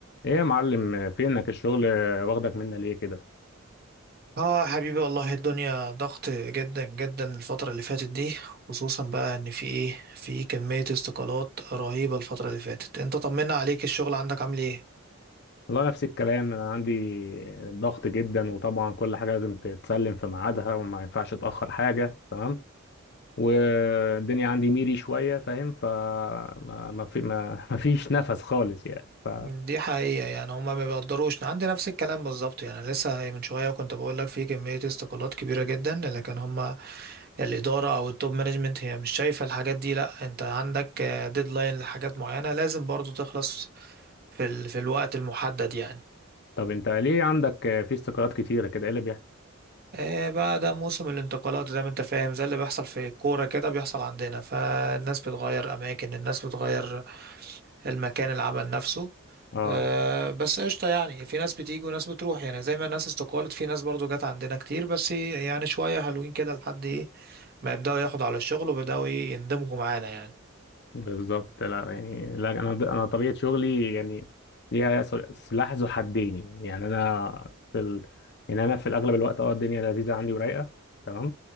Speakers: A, on the left; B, on the right.
A: ايه يا معلم فينك الشغل واخدك منا ليه كده
B: اه يا حبيبي والله الدنيا ضغط جدا جدا الفترة اللي فاتت دي خصوصا بقى ان في ايه في كمية استقالات رهيبة الفترة اللي فاتت انت طمنا عليك الشغل عندك عامل ايه
A: والله نفس الكلام انا عندي ضغط جدا وطبعا كل حاجه لازم تتسلم في ميعادها وما ينفعش اتاخر حاجه تمام والدنيا عندي ميري شويه فاهم فما ما ما في ما <laughs> ما فيش نفس خالص يعني ف...
B: دي حقيقة يعني هما ما بيقدروش عندي نفس الكلام بالظبط يعني لسه من شوية كنت بقول لك في كمية استقالات كبيرة جدا لكن هما الإدارة أو التوب مانجمنت هي مش شايفة الحاجات دي لأ أنت عندك ديدلاين لحاجات معينة لازم برضو تخلص في ال... في الوقت المحدد يعني
A: طب انت ليه عندك في استقالات كتيره كده ايه اللي بيحصل
B: إيه بقى ده موسم الانتقالات زي ما انت فاهم زي اللي بيحصل في الكورة كده بيحصل عندنا فالناس بتغير أماكن الناس بتغير المكان العمل نفسه
A: اه
B: آه بس قشطة يعني في ناس بتيجي وناس بتروح يعني زي ما الناس استقالت في ناس برضو جت عندنا كتير بس يعني شوية حلوين كده لحد ايه ما يبدأوا ياخدوا على الشغل وبدأوا ايه يندمجوا معانا يعني
A: بالظبط لا يعني لا انا انا طبيعه شغلي يعني ليها سلاح ذو حدين يعني انا في ال... يعني انا في الاغلب الوقت اه الدنيا لذيذه عندي ورايقه تمام